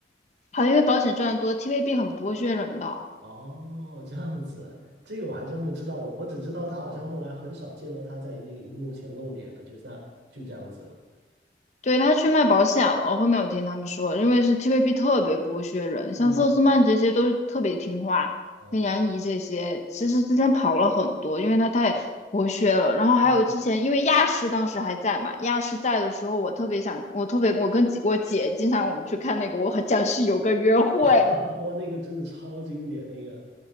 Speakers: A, on the left; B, on the right.
A: 好像因为保险赚得多，TVB 很不会虐人的。
B: 哦，这样子，这个我还真不知道，我我只知道他好像后来很少见到他在那个荧幕前露脸了，就在就这样子了。
A: 对，他去卖保险了，我后面有听他们说，因为是 TVB 特别剥削人，
B: 嗯，
A: 像佘诗曼这些都是特别听话，
B: 哦，
A: 像杨怡这些，其实之前跑了很多，因为他太剥削了。然后还有之前，
B: 嗯。
A: 因为亚视当时还在嘛，亚视在的时候，我特别想，我特别，我跟姐我姐经常我们去看那个《我和僵尸有个约会》，
B: <laughs> 哇，那个真的超经典，那个